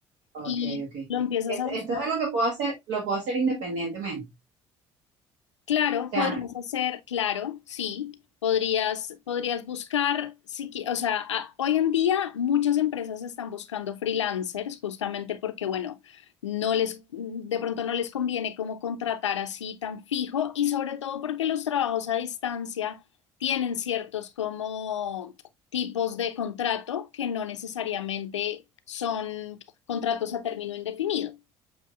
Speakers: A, on the right (about 65°); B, on the left (about 85°).
A: Ok,
B: y
A: ok.
B: lo empiezas
A: Esto,
B: a buscar.
A: esto es algo que puedo hacer, lo puedo hacer independientemente.
B: Claro,
A: O sea,
B: podrías hacer, claro, sí, podrías, podrías buscar, si qui- o sea, a- hoy en día muchas empresas están buscando freelancers justamente porque, bueno, no les, de pronto no les conviene como contratar así tan fijo y sobre todo porque los trabajos a distancia tienen ciertos como tipos de contrato que no necesariamente son contratos a término indefinido.